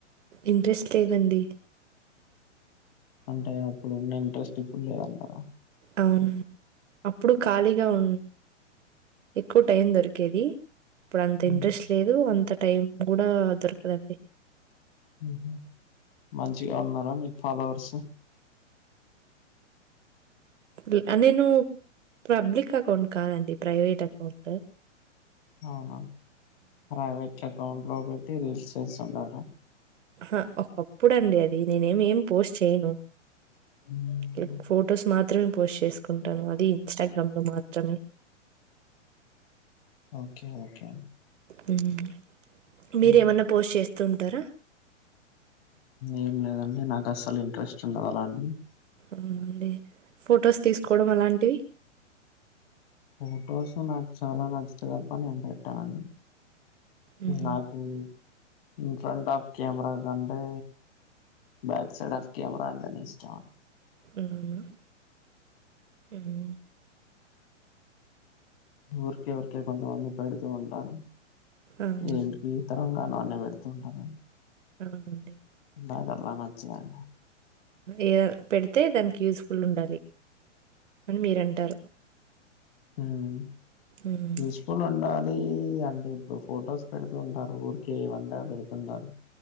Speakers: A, on the right; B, on the left.
A: ఇంన్ ట్రేస్ట్ లేదండి
B: అంటే అప్పుడున్న ఇంట్రెస్ట్ ఇప్పుడు లేదంటారా
A: అవన్ అప్పుడు ఖాళీగా ఉన్ ఎక్కు టైం దొరికేది ఇప్పుడు అంత
B: మ్మ్.
A: ఇంట్రెస్ట్ లేదు అంత టైం కూడా దొరకదండి
B: ఉమ్ మంచిగా ఉన్నారా మీకు ఫాలోవర్స్
A: డు ఆ నేను పబ్లిక్ అకౌంట్ కాదండి ప్రైవేట్ ఎకౌంట్
B: అవునా ప్రైవేట్ అకౌంట్ లో పెట్టి రీల్స్ చేస్తుంటారా
A: ఆ ఒకప్పుడు అండి అది నేనే ఏమి ఏం పోస్ట్ చేయ్యను
B: మ్మ్.
A: లైక్ ఫొటోస్ మాత్ర మాత్రమే పోస్ట్ చేసుకుంటాను అది ఇన్స్టాగ్రామ్ లో మాత్రమే
B: ఓకే ఓకే
A: హ్మ్ మీరేమన్నా
B: మ్మ్.
A: పోస్ట్ చేస్తూ ఉంటారా
B: ఏం లేదండి నాకు అస్సలు ఇంట్రెస్ట్ ఉండదు అలాంటివి
A: అవుండి ఫొటోస్ తీసుకోవడం అలాంటివి
B: ఫోటోస్ నాకు చాలా నచ్చుతే తప్ప నేను పెట్టానండి
A: మ్మ్.
B: నాకు ఇన్ఫ్రాంట్ అఫ్ కెమెరా కంటే బ్యాక్ సైడ్ అఫ్ కెమెరా అంటే ఇష్టమండి
A: మ్మ్ మ్మ్
B: ఊరికే ఊరికే కొంతమంది పెడుతూ ఉంటారు
A: అవునా
B: ఏంటికి త్తరంగాను అన్నీ పెడ్తూ ఉంటను
A: అవునా అండి
B: దానధర్మాలు నచ్చదా అండి
A: ఏద్ పెడితే దాన్కి యూస్పుల్ ఉండాలి మీరంటారు
B: మ్మ్
A: మ్మ్.
B: యూస్ఫుల్ ఉండా లీ హండ్రెడ్ ఫొటోస్ పెడుతుంటారు ఊరికే వంద పెడుతుంటారు